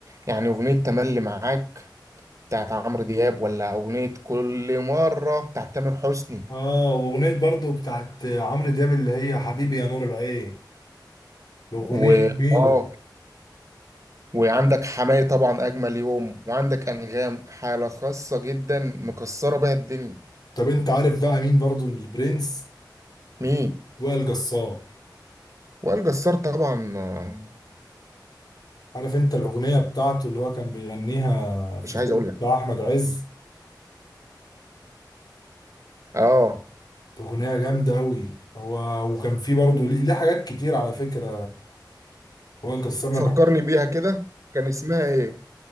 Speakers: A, on the right; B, on the left.
A: يعني اغنية تملي معاك بتاعت عمرو دياب ولا اغنية كل مرة بتاعت تامر حسني
B: اه واغنيه برضو بتاعت عمرو دياب اللي هي حبيبي يا نور العين الاغنيه
A: و
B: دي جميله
A: اه وعندك حماية طبعا اجمل يوم وعندك انغام حالة خاصة جدا مكسرة بيها الدنيا
B: طب انت عارف بقى مين برضو البرنس
A: مين
B: وائل جسار
A: وائل جسار طبعا آه،
B: عارف انت الاغنيه بتاعته اللي هو كان بيغنيها في
A: مش
B: فيلم
A: عايز اقول لك
B: بتاع احمد عز
A: اه
B: اغنيه جامده قوي هو وكان في برضه ليه ليه حاجات كتير على فكره وائل جسار انا
A: فكرني
B: بحب
A: بيها كده كان اسمها ايه